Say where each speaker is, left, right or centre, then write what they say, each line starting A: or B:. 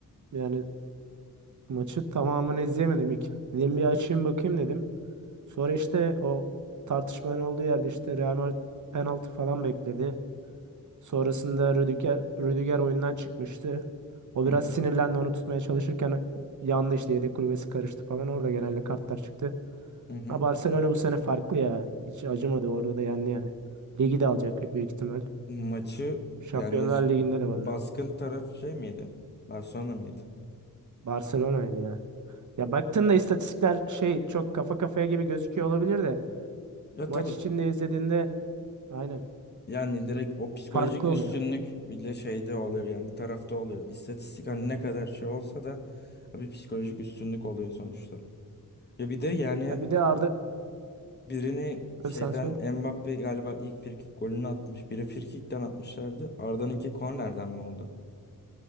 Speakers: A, on the right; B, on the left.
A: Yani maçı tamamını izleyemedim ilk. Dedim bir açayım bakayım dedim. Sonra işte o tartışmanın olduğu yerde işte Real Madrid penaltı falan bekledi. Sonrasında Rüdiger, Rüdiger oyundan çıkmıştı. O biraz
B: hı hı
A: sinirlendi onu tutmaya çalışırken yandı işte yedek kulübesi karıştı falan. Orada genelde kartlar çıktı.
B: hı. hı.
A: Ha Barcelona bu sene farklı ya. Hiç acımadı orada da yendi yani. Ligi de alacak büyük ihtimal.
B: Maçı
A: Şampiyonlar
B: yani
A: Ligi'nde de
B: baskın
A: varlar.
B: taraf şey miydi? Barcelona mıydı?
A: Barcelona'ydı ya. Ya baktığında istatistikler şey çok kafa kafaya gibi gözüküyor olabilir de
B: Ya
A: maç
B: tabii
A: içinde izlediğinde aynen
B: Yani direkt o psikolojik
A: farklı
B: üstünlük
A: oluyor.
B: bile şeyde oluyor yani bir tarafta oluyor. İstatistik hani ne kadar şey olsa da bir psikolojik üstünlük oluyor sonuçta. Ya bir de yani
A: Ya bir de Arda
B: birini şeyden
A: Tabii sen söyle.
B: Mbappe galiba ilk frikik golünü atmış. Biri frikikten atmışlardı. Arda'nınki kornerden mi oldu?